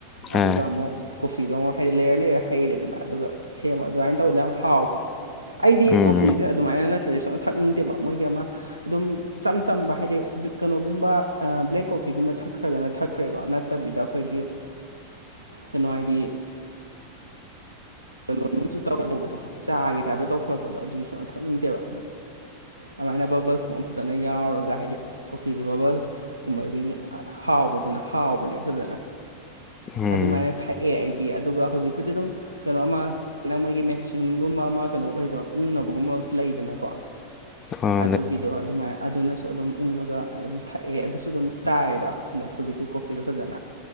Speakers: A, on the right; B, on the left.
A: ꯑꯗꯨꯒ
B: ꯑꯥ
A: ꯑꯃꯨꯛ ꯀꯣꯐꯤꯗꯣ ꯑꯃꯨꯛ ꯍꯥꯏꯗꯤ ꯂꯩꯌꯔ ꯂꯩꯌꯔ ꯍꯩꯔꯦꯗꯅ ꯑꯗꯨꯒ ꯁꯦꯝꯕ ꯑꯗꯨꯃꯥꯏꯅ ꯇꯧꯕꯗꯅ ꯌꯥꯝ ꯍꯥꯎꯕꯅꯦ ꯑꯩꯗꯤ
B: ꯎꯝ
A: ꯀꯣꯐꯤꯁꯦ ꯑꯗꯨꯃꯥꯏꯅ ꯅꯠꯇ꯭ꯔꯦ ꯁꯅ ꯊꯛꯅꯤꯡꯗꯦꯕ ꯃꯣꯏꯒꯤ ꯑꯃ ꯑꯗꯨꯝ ꯆꯆꯝ ꯆꯝꯕ ꯍꯥꯏꯗꯤ ꯀꯩꯅꯣꯒꯨꯝꯕ ꯕ꯭ꯂꯦꯛ ꯀꯣꯐꯤꯒꯨꯝꯕ ꯊꯛꯈ꯭ꯔꯒꯅ ꯊꯛꯈ꯭ꯔꯦꯀꯣ ꯅꯠꯇꯕꯤꯗ ꯑꯩꯈꯣꯏꯒꯤ ꯀꯩꯅꯣ ꯍꯥꯏꯗꯤ ꯂꯣꯏꯁꯨ ꯇꯧ ꯇꯧꯕꯗꯣ ꯆꯥꯒꯤ ꯇꯥꯏꯞꯇ ꯇꯧꯈꯠꯂꯛꯄꯗꯣ ꯑꯗꯨꯁꯨ ꯁꯨꯅ ꯊꯛꯅꯤꯡꯗꯦꯕ ꯑꯗꯨꯃꯥꯏꯅ ꯕꯕꯜꯁꯀꯨꯝꯕ ꯐꯖꯅ ꯌꯥꯎꯔꯒ ꯍꯥꯏꯗꯤ ꯀꯣꯐꯤꯁꯦ ꯕꯕꯜꯁ ꯀꯨꯝꯕꯗꯒꯤ ꯍꯥꯎꯕꯗꯨꯅ ꯍꯥꯎꯕꯅꯦ ꯐꯖꯅ
B: ꯎꯝ
A: ꯑꯗꯨꯃꯥꯏꯅ ꯊꯛꯑꯦ ꯑꯩꯗꯤ ꯑꯗꯨꯒ ꯍꯧꯖꯤꯛꯄꯨꯗꯤ ꯑꯗꯨꯝ ꯀꯩꯅꯣ ꯑꯃꯅꯪ ꯃꯣꯏꯒꯤ ꯃꯦꯆꯤꯟꯒꯨꯝꯕ ꯑꯃ ꯀꯩꯅꯣ ꯑꯣꯏꯗꯣ ꯎꯪꯅꯕꯒꯨꯝꯕ ꯑꯃꯁ ꯂꯩꯗꯅꯀꯣ
B: ꯑꯝ
A: ꯑꯗꯨꯒꯤꯗꯣ ꯑꯗꯨꯃꯥꯏ ꯑꯗꯨꯅꯁꯨ ꯑꯗꯨꯝ ꯎꯪꯉꯒ ꯑꯗꯨꯝ ꯊꯛꯑꯦ ꯑꯗꯨꯁꯨ ꯑꯗꯨꯝ ꯇꯥꯏꯑꯦꯕ ꯑꯗꯣ ꯍꯧꯖꯤꯛꯀꯤ ꯀꯣꯐꯤꯗꯣ ꯐꯖꯅ